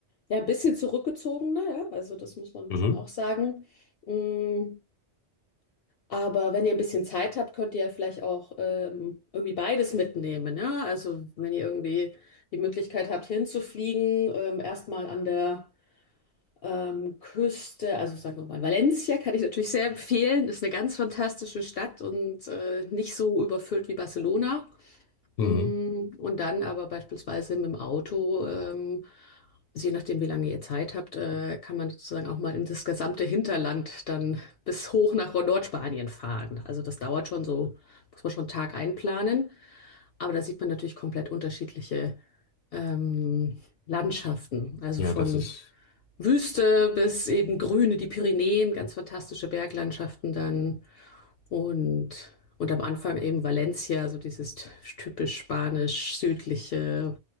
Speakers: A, on the left; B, on the left.
A: ja, ein bisschen zurückgezogener, ja. Also das muss man
B: Mhm.
A: schon auch sagen. Mm, Aber wenn ihr ein bisschen Zeit habt, könnt ihr ja vielleicht auch ähm, irgendwie beides mitnehmen, ja. Also wenn ihr irgendwie die Möglichkeit habt, hinzufliegen, ähm, erstmal an der ähm, Küste, also sagen wir mal, Valencia kann ich natürlich sehr empfehlen. Ist eine ganz fantastische Stadt und äh, nicht so überfüllt wie Barcelona.
B: Mhm.
A: Mm, Und dann aber beispielsweise mit dem Auto, ähm, also je nachdem, wie lange ihr Zeit habt, äh, kann man sozusagen auch mal in das gesamte Hinterland dann bis hoch nach Nordspanien fahren. Also das dauert schon so, muss man schon einen Tag einplanen. Aber da sieht man natürlich komplett unterschiedliche ähm, Landschaften. Also
B: Ja,
A: von
B: das ist.
A: Wüste bis eben Grüne, die Pyrenäen, ganz fantastische Berglandschaften dann. Und, und am Anfang eben Valencia, so dieses t- typisch spanisch-südliche,